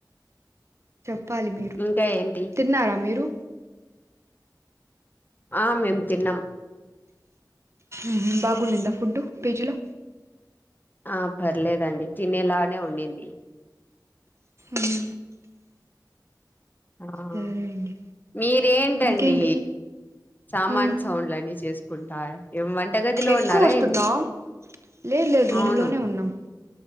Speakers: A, on the right; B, on the left.
A: చెప్పాలి మీరు
B: ఇంకా ఏంటి
A: తిన్నారా మీరు
B: ఆహ్ మేం తిన్నం.
A: ఊహు బా గునింద ఫుడ్ పీజీ లో
B: ఆహ్ పర్లేదండి తినేలానే ఉండింది
A: హు
B: ఆహ్
A: సరే అండి
B: మీ ఏ ఏంటండి
A: ఇంకేంటి
B: సామాన్
A: మ్మ్.
B: సౌండ్లు అన్నీ చేసుకుంటా ఏం వంటగదిలో
A: ఎక్కువ
B: ఉన్నారా
A: వస్తుందా
B: ఏంటి
A: లేదు లేదు రూమ్
B: అవును.
A: లోనే ఉన్నాం